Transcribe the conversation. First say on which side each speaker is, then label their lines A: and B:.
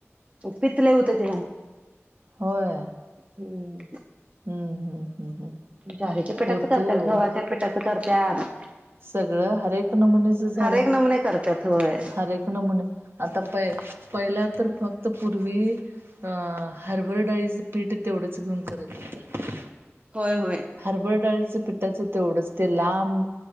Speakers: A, on the right (about 25°); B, on the right (about 50°).
A: पित्त लई होतय त्यानं.
B: होय.
A: हम्म,
B: हम्म हम्म हम्म हम्म
A: ज्वारीच्या पिठाचं
B: होतय
A: करतात,
B: हो
A: गव्हाच्या पिठाचं करत्यात.
B: सगळं हर एक नमुनेच झालं,
A: हर एक नमुने करतात होय
B: हर एक नमुने आता पय पहिला तर फक्त पूर्वी हा, हरभरा डाळीचं पीठ तेवढंच घेऊन करत होतं.
A: होय होय.
B: हरभरा डाळीचं पिठाचं तेवढंच ते लांब